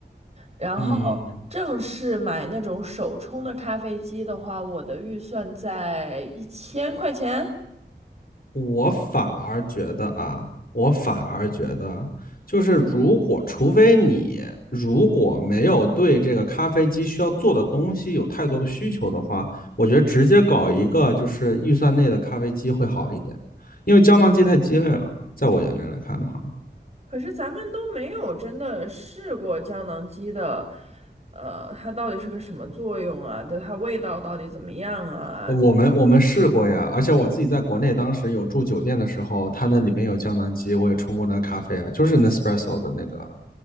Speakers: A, on the right; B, on the left.
A: 然后
B: 嗯，
A: 正式买那种手冲的咖啡机的话，我的预算在一千块钱。
B: 我反而觉得啊，我反而觉得，就是如果除非你如果没有对这个咖啡机需要做的东西有太多的需求的话，我觉得直接搞一个就是预算内的咖啡机会好一点，因为胶囊机太鸡肋了，在我眼里来看的话，
A: 可是咱们都没有真的试过胶囊机的，呃，它到底是个什么作用啊？的它味道到底怎么样啊？
B: 我们我们试过呀，而且我自己在国内当时有住酒店的时候，它那里面有胶囊机，我也冲过那个咖啡啊，就是 Nespresso 的那个